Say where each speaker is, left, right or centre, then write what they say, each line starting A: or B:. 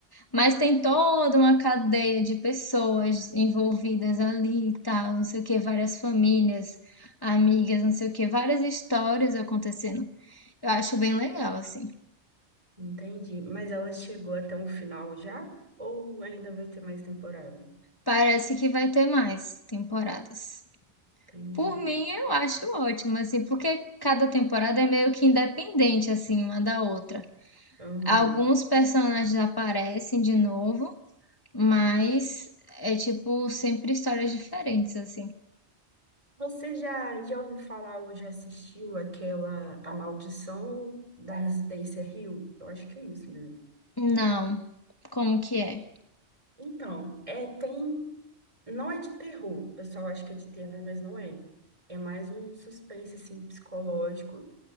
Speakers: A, on the left (about 20°); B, on the right (about 30°).
A: Mas tem toda uma cadeia de pessoas envolvidas ali e tal, não sei o que, várias famílias, amigas, não sei o que, várias histórias acontecendo. Eu acho bem legal, assim.
B: Entendi. Mas ela chegou até um final já? Ou ainda vai ter mais temporada?
A: Parece que vai ter mais temporadas.
B: Entendi.
A: Por mim, eu acho ótimo, assim, porque cada temporada é meio que independente, assim, uma da outra.
B: Uhum.
A: Alguns personagens aparecem de novo, Mas é tipo sempre histórias diferentes, assim.
B: Você já, já ouviu falar ou já assistiu aquela A Maldição da Residência Rio? Eu acho que é isso mesmo.
A: Não. Como que é?
B: Então, é, tem. Não é de terror, o pessoal acha que é de terror, mas não é. É mais um suspense, assim, psicológico.